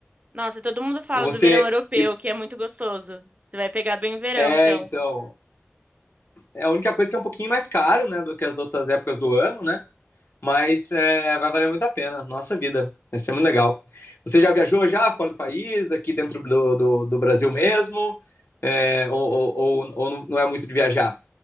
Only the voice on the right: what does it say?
Nossa, todo mundo fala
do verão europeu,
que é muito gostoso. Você vai pegar bem o verão,
então.